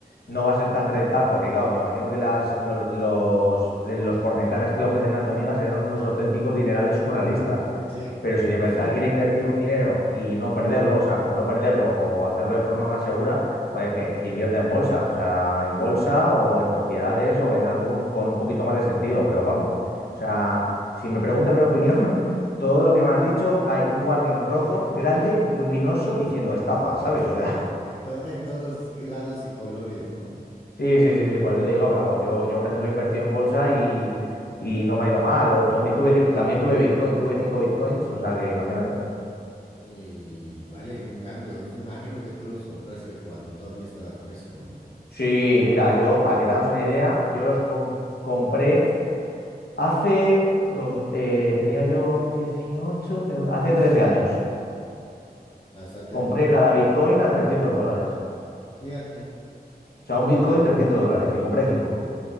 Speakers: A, on the left (about 75°); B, on the left (about 35°).
A: no va a ser tan rentable, porque claro, me imagino que las, los, los, los porcentajes que le ofrecen a tu amiga serán unos auténticos dinerales surrealistas.
B: Sí.
A: Pero si
B: <laughs>
A: de verdad quiere invertir un dinero y no perderlo, o sea, o no perderlo o hacerlo de forma más segura, joder, que, que invierta en bolsa, o sea, en bolsa o en propiedades o en algo un- con un poquito más de sentido, pero vamos. O sea,
B: Sí.
A: si me preguntas mi opinión, <laughs> todo lo que me has dicho, hay un warning rojo, grande, luminoso, diciendo estafa, ¿sabes? O sea,
B: To- En todos lados y colores, ¿no?
A: <laughs> sí, sí, sí, sí, por eso te digo, vamos, yo, yo por ejemplo, he invertido en bolsa y,
B: Ujú,
A: y no me ha ido mal, o también tuve, que-
B: Claro.
A: también tuve Bitcoin, tuve cinco Bitcoins, o sea, que imagínate.
B: Y valen un cambio. Imagino que tú los compraste cuando todavía estaba fresco, ¿no?
A: Sí, mira, yo,
B: Ujú.
A: para que te hagas una idea, yo los com- compré hace dos, eh, tenía yo 18, tengo- hace 13 años.
B: Bastante
A: Compré
B: tiempo.
A: cada Bitcoin a 300 dólares.
B: Fíjate.
A: O sea,
B: Y
A: un Bitcoin
B: ahorita,
A: trescientos dólares y compré cinco,